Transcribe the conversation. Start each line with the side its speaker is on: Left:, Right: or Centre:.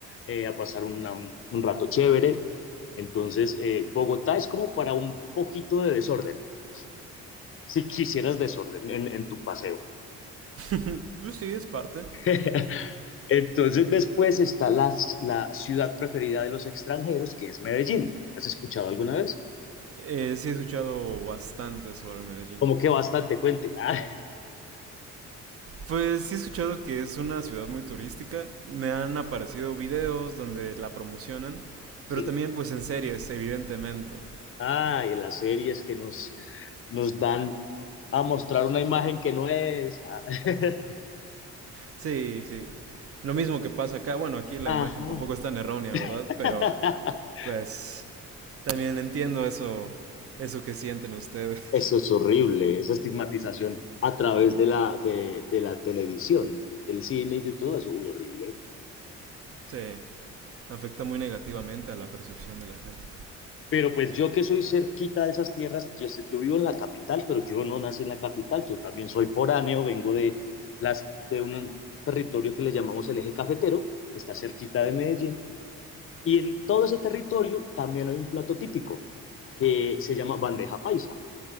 Left: eh, a pasar una- un rato chévere. Entonces, eh, Bogotá es como para un poquito de desorden, <laughs> si quisieras desorden en, en tu paseo.
Right: sí. Pues sí, es parte.
Left: <laughs> Entonces, después está la, la ciudad preferida de los extranjeros, que es Medellín. ¿Has escuchado alguna vez?
Right: Eh, sí he escuchado bastante sobre Medellín.
Left: Como que bastante, cuente. <laughs> Ah,
Right: Pues sí he escuchado que es una ciudad muy turística. Me han aparecido videos donde la promocionan, pero
Left: sí.
Right: también pues en series, evidentemente.
Left: Ah, y las series que nos, nos dan a mostrar una imagen que no es. <laughs>
Right: Sí, sí. Lo mismo que pasa acá. Bueno, aquí la
Left: Ajá.
Right: imagen tampoco es tan errónea, ¿verdad?
Left: <laughs>
Right: Pero pues también entiendo eso, eso que sienten ustedes.
Left: Eso
Right: <laughs>
Left: es horrible, esa estigmatización a través de la, de, de la televisión, del cine y de todo eso, uy, horrible.
Right: Sí, afecta muy negativamente a la percepción de la gente.
Left: Pero pues yo que soy cerquita de esas tierras, yo, sé- yo vivo en la capital, pero yo no nací en la capital, yo también soy foráneo, vengo de, las, de un territorio que le llamamos el eje cafetero, que está cerquita de Medellín, Y en todo ese territorio también hay un plato típico que se llama bandeja paisa.